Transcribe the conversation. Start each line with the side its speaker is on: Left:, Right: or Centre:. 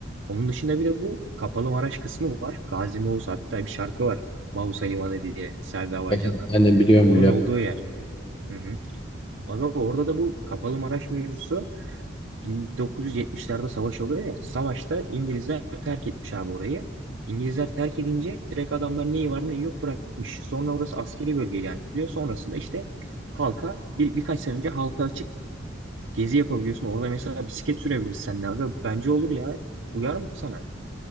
Right: Onun dışında bir de bu Kapalı Maraş kısmı var. Gazi Mağusa hatta bir şarkı var. Mausa Limanı diye Selda Bağcan'dan.
Left: Evet, ben de biliyorum
Right: Onun
Left: biliyorum.
Right: olduğu yer. Hı hı. Aga orada da bu Kapalı Maraş mevzusu 1970'lerde savaş oluyor ya. Savaşta İngilizler terk etmiş abi orayı. İngilizler terk edince direkt adamlar neyi var neyi yok bırakmış. Sonra orası askeri bölge ilan ediliyor. Sonrasında işte halka bir, birkaç sene önce halka açık gezi yapabiliyorsun. Orada mesela bisiklet sürebilirsen de aga bence olur ya. Uyar mı sana?